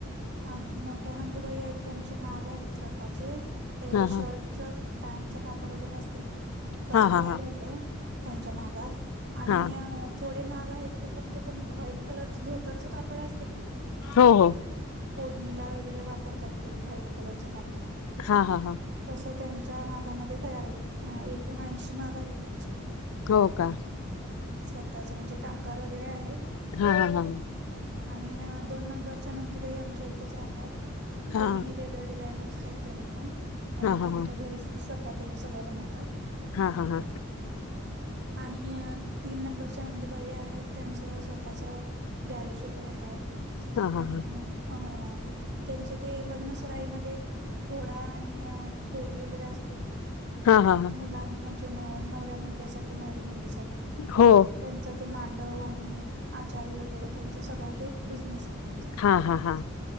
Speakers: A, on the right; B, on the left.
A: आम मोठ्या नंदुबाई आहेत त्यांचे माग आहेत स्वतःचे ते
B: हा
A: शर्टच
B: हा
A: पॅन्टच कापड वगैरे असते तस
B: हा हा
A: तयार
B: हा
A: होत त्यांच्या मागात आणि
B: हा
A: थोडे माग आहेत ते फक्त त वाईट कलरच धोतरचं कापड असतं की
B: हो हो
A: ओढणीला वगैरे वापरतात ते व्हाईट कलरचं कापड
B: हा हा हा
A: तसं त्यांच्या मागामध्ये तयार होत एकूण ऐंशी माग आहेत त्यांचे
B: हो का
A: स्वतःच म्हणजे कामगार वगैरे आहेत
B: हा हा
A: आणि दोन नंबरच्या नंदुबाई आमच्या इथच राहतात
B: हा
A: त्यांनी हे डिझायनरस आहेत त्यानी पण म्हणजे
B: हा हा
A: त्यांच्या घरी स्वतः त्यांनी सगळं बनवतात
B: हा हा हा
A: आणि तीन नंबरच्या नंदुबाई आहेत त्यांचं स्वतःच गॅरेज वगैरे ह
B: हा हा हा
A: आणि अ त्यांचे ते लग्नसराईमध्ये घोडा आणि डोली वगैरे असते की
B: हा हा हा
A: मुलां म्हणजे न नवऱ्या मुलग्यासाठीठी नवरी मुलगीसाठी
B: हो
A: त्यांच ते मांडव आणि आचारी वगैरे त्यांच सगळं ते बिझनेस आहेत
B: हा
A: स्वतः
B: हा हा